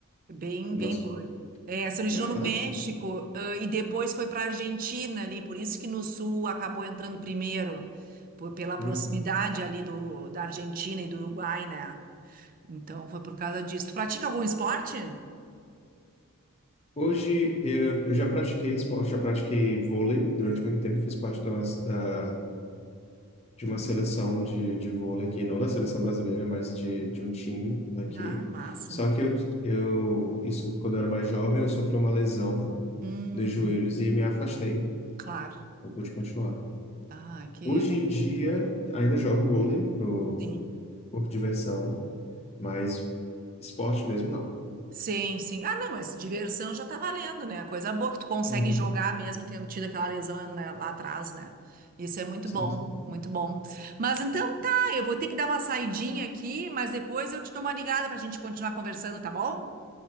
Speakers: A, on the right; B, on the left.
A: Bem,
B: nossa
A: bem doido. É, se originou
B: América
A: no México,
B: Latina.
A: ãh, e depois foi para a Argentina ali, por isso que no sul acabou entrando primeiro, por- pela proximidade
B: Uhum.
A: ali do, da Argentina e do Uruguai, né? Então foi por causa disso. Tu pratica algum esporte?
B: Hoje eu, eu já pratiquei esporte, já pratiquei vôlei durante muito tempo, fiz parte da, de uma seleção de, de vôlei aqui, não da seleção brasileira, mas de, de um time aqui.
A: Ah, massa.
B: Só que eu, eu, isso quando eu era mais jovem, eu sofri uma lesão
A: Hum,
B: dos joelhos e me afastei.
A: claro.
B: Não pude continuar.
A: Ah, que
B: Hoje em dia, ainda jogo vôlei por,
A: sim.
B: por diversão, mas esporte mesmo não.
A: Sim, sim. Ah, não, mas diversão já tá valendo, né? Coisa boa é que tu consegue
B: Uhum.
A: jogar mesmo tendo tido aquela lesão, né, lá atrás, né? Isso é muito
B: Sim,
A: bom,
B: sim.
A: muito bom. Mas então tá, eu vou ter que dar uma saidinha aqui, mas depois eu te dou uma ligada pra gente continuar conversando, tá bom?